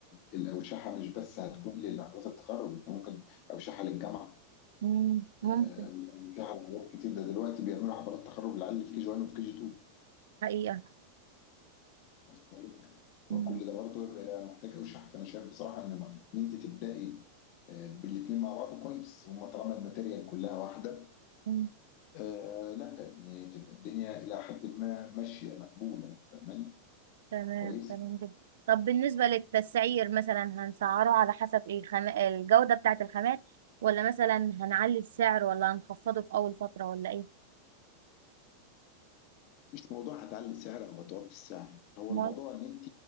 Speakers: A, on the left; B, on the right.
A: الاوشحه مش بس هتكون لحفلات التخرج انت ممكن اوشحه للجامعه
B: مم. ممكن
A: آه، اوشحه لحاجات كتير ده دلوقتي بيعملوا حفلات تخرج للعيال اللي في كي جي 1 وفي كي جي 2
B: حقيقة
A: واصل لك؟ فكل
B: حقيقة
A: ده برضه بيبقى محتاج اوشحه فانا شايف بصراحه ان ما- ان انت تبداي آه، بالاثنين مع بعض كويس هما طالما الماتيريال كلها واحده
B: مم.
A: آه لا يعني تبقى الدنيا الى حد ما ماشيه مقبوله فاهماني
B: تمام
A: كويس
B: تمام جدا طب بالنسبة للتسعير مثلا هنسعره على حسب ايه خم... الجودة بتاعة الخامات ولا مثلا هنعلي السعر ولا هنخفضه في أول فترة ولا ايه
A: مش موضوع هتعلي السعر او هتوطي السعر هو
B: مال
A: الموضوع ان انت